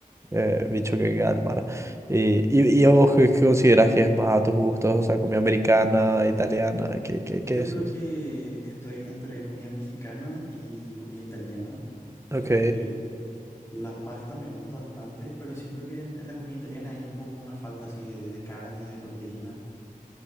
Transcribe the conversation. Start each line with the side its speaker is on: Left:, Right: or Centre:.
Right: eh, bicho que venga del mar. Y, y, y a vos, ¿qué, qué considerás que es más a tus gustos? O sea, comida americana, italiana, ¿qué, qué, qué
Left: Yo
Right: decís?
Left: creo que estoy entre comida mexicana y comida italiana,
Right: Ok.
Left: porque la pasta me gusta bastante, pero siento que en, en la comida italiana hay un poco una falta así de, de carne, de proteína.